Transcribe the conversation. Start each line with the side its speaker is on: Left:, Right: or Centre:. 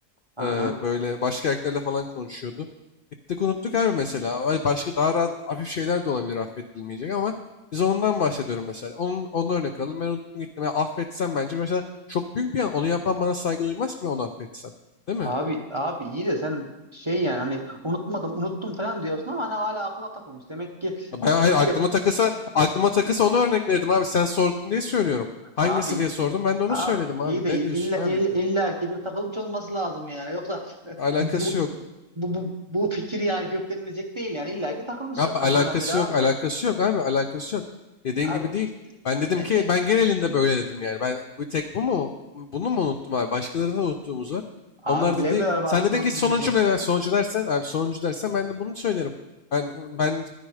Right: Ha.
Left: Ee, böyle başka erkeklerle falan konuşuyordu. Gittik unuttuk abi mesela. Vay Başka daha rahat hafif şeyler de olabilir affedilmeyecek ama biz ondan bahsediyorum mesela. Onun, onun örnek alalım. Ben unuttum gittim. Yani affetsem bence mesela çok büyük bir yan. Onu yapan bana saygı duymaz ki ben onu affetsem. Değil mi?
Right: Abi abi iyi de sen şey yani hani unutmadım unuttum falan diyorsun ama hani hala aklına takılmış. Demek ki
Left: Ben
Right: o
Left: hayır
Right: pek
Left: aklıma
Right: de
Left: takılsa aklıma takılsa onu örnek verirdim abi. Sen sordun diye söylüyorum. Hangisi
Right: abi
Left: diye sordum. Ben de onu
Right: abi
Left: söyledim abi.
Right: iyi de
Left: Ne diyorsun
Right: illa
Left: abi?
Right: illa, illa ki bir takılmış olması lazım yani. Yoksa e,
Left: Alakası
Right: bu bu
Left: yok.
Right: bu, bu, bu fikir yani gökten inecek değil yani illa ki takılmış
Left: Abi
Right: ka- kafana
Left: alakası
Right: bir abi.
Left: yok, alakası yok abi, alakası yok. Dediğin
Right: Abi
Left: gibi değil. Ben dedim
Right: etek
Left: ki ben genelinde böyle dedim yani. Ben bu tek bu mu? Bu- Bunu mu unuttum abi? Başkalarını da unuttuğumuz var.
Right: abi
Left: Onlar
Right: bilemiyorum
Left: da değil. Sen
Right: artık
Left: dedin
Right: unutmuş
Left: ki sonuncu
Right: musun?
Left: mu? Sonuncu dersen abi sonuncu dersen ben de bunu söylerim. Ben ben